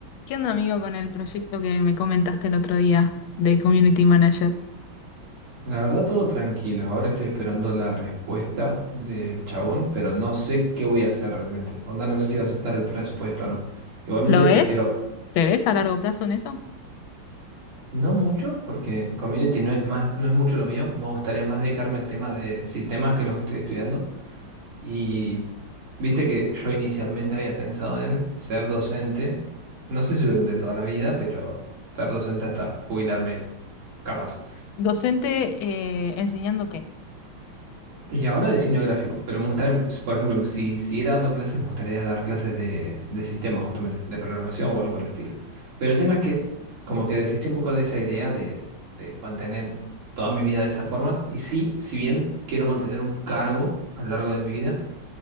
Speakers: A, on the left (about 75°); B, on the right (about 80°).
A: ¿Qué onda, amigo, con el proyecto que me comentaste el otro día de Community Manager?
B: La verdad, todo tranquilo. Ahora estoy esperando la respuesta del chabón, pero no sé qué voy a hacer realmente. Onda, no sé si va a aceptar el presupuesto o no. Igualmente
A: ¿Lo ves?
B: prefiero
A: ¿Te ves a largo plazo en eso?
B: no mucho, porque community no es más, no es mucho lo mío. Me gustaría más dedicarme al tema de sistemas, que es lo que estoy estudiando. Y viste que yo inicialmente había pensado en ser docente, no sé si durante toda la vida, pero ser docente hasta jubilarme capaz.
A: ¿Docente eh, enseñando qué?
B: Y ahora diseño gráfico, pero me gustaría, por ejemplo, si siguiera dando clases, me gustaría dar clases de, de sistemas, justamente, de programación o algo por el estilo. Pero el tema es que como que desistí un poco de esa idea de, de mantener toda mi vida de esa forma. Y sí, si bien quiero mantener un cargo a lo largo de mi vida,